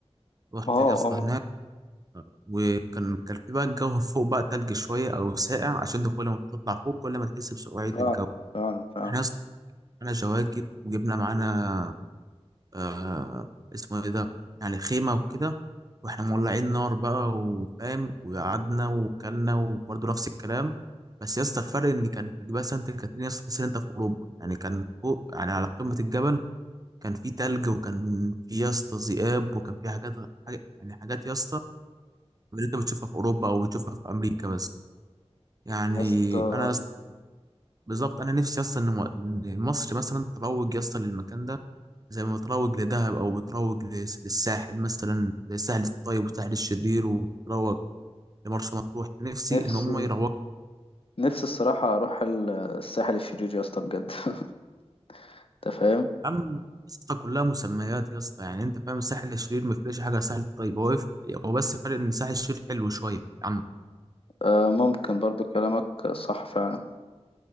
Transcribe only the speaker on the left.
اه
اه
فعلا
فعلا فعلا
يا اسطى
نفسي
نفسي الصراحة أروح ال- الساحل الشرير يا اسطى بجد <laughs> أنت فاهم؟
آه ممكن برضو كلامك صح فعلا